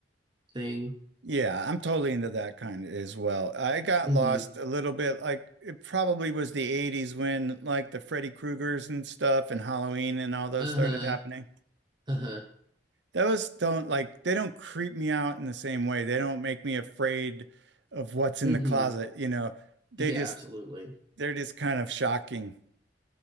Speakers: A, on the right; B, on the right.
A: thing.
B: Yeah, I'm totally into that kind as well. I got
A: hmm
B: lost a little bit. Like it probably was the 80s when like the Freddy Kruegers and stuff and Halloween and all those
A: Uh-huh.
B: started happening.
A: Uh-huh.
B: Those don't like they don't creep me out in the same way. They don't make me afraid of what's
A: hmm
B: in the closet, you know. They
A: Yeah,
B: just
A: absolutely.
B: they're just kind of shocking.